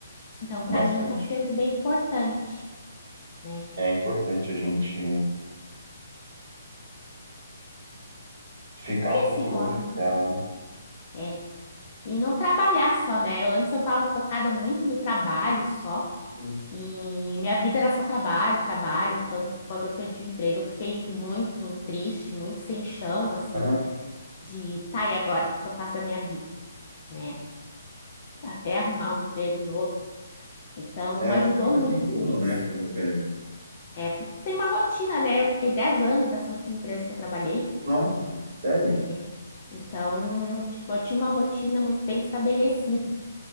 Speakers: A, on the left; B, on the right.
A: Então, pra
B: Bastante.
A: mim tá sendo bem importante, né?
B: É importante a gente ficar
A: Ter
B: um
A: Esse
B: pouco
A: hobby,
B: longe da
A: né?
B: tela, né?
A: É. E não trabalhar só, né? Eu, antes eu estava focada muito no trabalho só,
B: Sim.
A: e minha vida era só trabalho, trabalho, tanto que quando eu perdi o emprego eu fiquei muito triste, muito sem chão, assim,
B: Aham.
A: de tá, e agora, o que que eu faço da minha vida, né? Até arrumar um emprego novo. Então,
B: É,
A: ajudou
B: a gente fica
A: muito
B: sem prumo,
A: com isso.
B: né? Quando perde.
A: É, porque tu tem uma rotina, né? Eu fiquei 10 anos nessa última empresa que eu trabalhei.
B: Nossa, sério?
A: É. Então, tipo, eu tinha uma rotina muito bem estabelecida,